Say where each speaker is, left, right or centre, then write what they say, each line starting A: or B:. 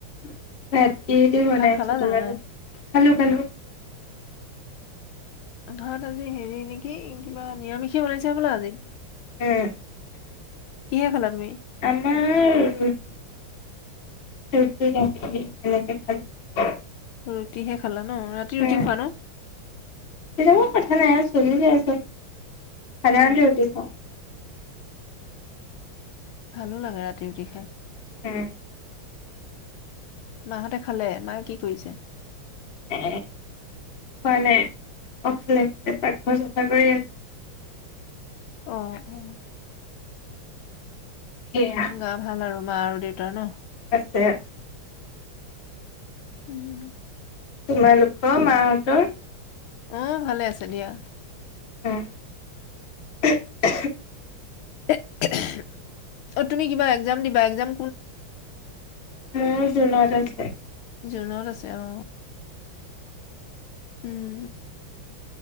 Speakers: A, on the left (about 40°); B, on the left (about 80°).
A: <unintelligible> কিহেদি বনাইছে
B: ভাত খালা
A: তোমালোক
B: জানো নাই
A: খালো খালো
B: ভাত আজি হেৰি নেকি কিবা নিৰামিষে বনাইছে হবলা আজি।
A: উম
B: কিহে খালা তুমি?
A: আমাৰ ৰুটি ৰুটি, গাখীৰ এনেকে খালো।
B: ৰুটিহে <inaudible> ৰাতি ৰুটি
A: উম।
B: খোৱা ন
A: তেতিয়া মই কথা নাই আৰু চলি <inaudible> সাধাৰণতে
B: অ
A: ৰুটি খাওঁ।
B: ভালো লাগে ৰাতি ৰুটি খাই।
A: উম
B: মাহঁতে খালে। মাক কি কৰিছে?
A: এ খোৱা নাই অ খালে খালে পাকঘৰ চফা কৰি আছে
B: অ। হম <inaudible>
A: সেয়া
B: গা ভাল আৰু মা আৰু দেউতাৰ ন
A: বেছ।
B: উম।
A: তোমালোকৰ মাহঁতৰ
B: অহ, ভালে আছে দিয়া।
A: উম <unintelligible>
B: <unintelligible> অ তুমি কিবা একজাম দিবা একজাম
A: মোৰ জুনত আছে।
B: জুনত আছে অহ। উম